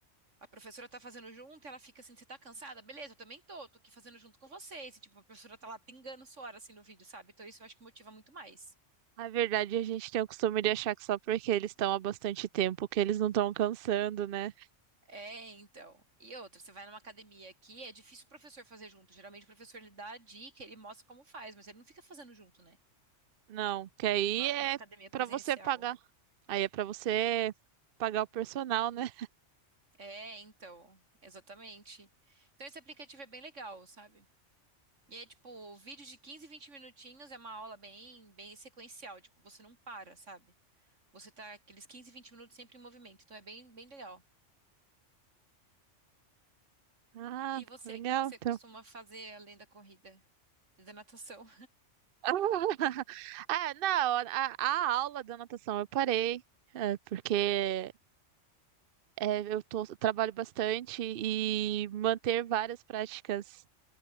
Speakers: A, on the right; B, on the right.
A: a professora tá fazendo junto, e ela fica assim, você tá cansada? Beleza, eu também tô, tô aqui fazendo junto com vocês, e tipo, a professora tá lá pingando suor assim no vídeo, sabe? Então isso eu acho que motiva muito mais.
B: Na verdade, a gente tem o costume de achar que só porque eles estão há bastante tempo que eles não estão cansando, né?
A: É, então. E outra, você vai numa academia aqui, é difícil o professor fazer junto, geralmente o professor ele dá a dica, ele mostra como faz, mas ele não fica fazendo junto, né?
B: Não, que aí
A: Numa,
B: é
A: numa academia
B: pra
A: presencial.
B: você pagar. Aí é pra você pagar o personal, né?
A: É, então, exatamente. Então esse aplicativo é bem legal, sabe? E é tipo, vídeo de 15, 20 minutinhos é uma aula bem, bem sequencial, tipo, você não para, sabe? Você tá aqueles 15, 20 minutos sempre em movimento, então é bem, bem legal.
B: Ah,
A: E você,
B: legal,
A: o que que você
B: então.
A: costuma fazer além da corrida e da natação?
B: <laughs> Ah, não, a, a aula da natação eu parei, é, porque é, eu tô- eu trabalho bastante e manter várias práticas